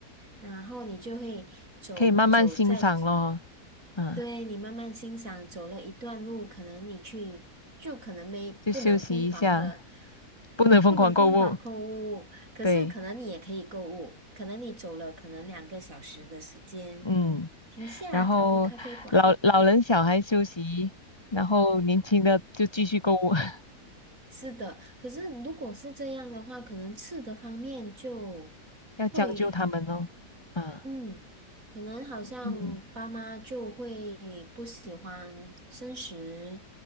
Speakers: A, on the right; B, on the left.
A: 然后你就会走走在，
B: 可以慢慢欣赏咯，嗯，
A: 对，你慢慢欣赏，走了一段路，可能你去就可能没不能疯狂的，
B: 就休息一下，不能疯狂购物，
A: 不能疯狂购物，可是可能你也可以购物，
B: 对，
A: 可能你走了可能两个小时的时间，
B: 嗯，
A: 停下找个咖啡馆。
B: 然后老老人小孩休息，然后年轻的就继续购物，<laughs>
A: 是的，可是如果是这样的话，可能吃的方面就。
B: 要将就他们咯，
A: 会。
B: 啊，
A: 嗯，可能好像爸妈就会不喜欢生食，
B: 嗯